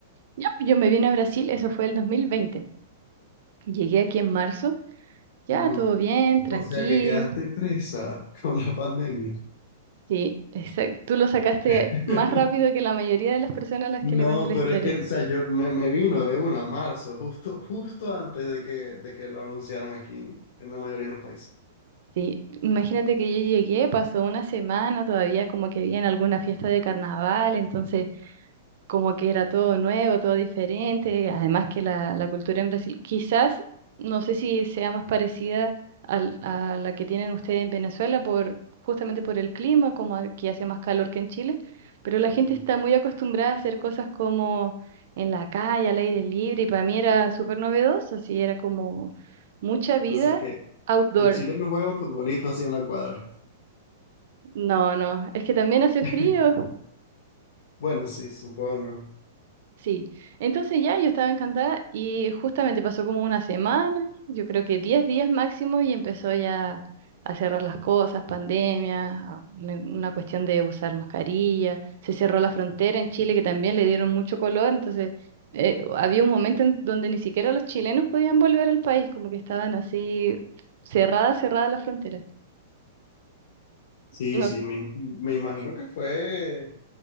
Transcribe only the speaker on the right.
ya pues yo me vine a Brasil, eso fue el 2020. Llegué aquí en marzo, ya
todo bien,
tranquilo
Sí, exacto. Tú lo sacaste
más rápido que la mayoría de las personas a las
que le cuento la
historia.
Sí, imagínate que yo llegué, pasó una semana todavía como que había en alguna fiesta de carnaval, entonces como que era todo nuevo, todo diferente, además que la, la cultura en Brasil, quizás, no sé si sea más parecida al- a la que tienen ustedes en Venezuela, por, justamente por el clima, como aquí hace más calor que en Chile, pero la gente
está muy acostumbrada a hacer cosas como en la calle, al aire libre, y para mí era súper novedoso, así era como mucha vida
outdoor.
No, no, es que también hace
frío,
Sí, entonces ya yo estaba encantada y justamente pasó como una semana, yo creo que 10 días máximo y empezó ya a cerrar las cosas, pandemia, a- una una cuestión de usar mascarilla, se cerró la frontera en Chile que también le dieron mucho color, entonces eh, había un momento en donde ni siquiera los chilenos podían volver al país, como que estaban así cerrada, cerrada la frontera.
No,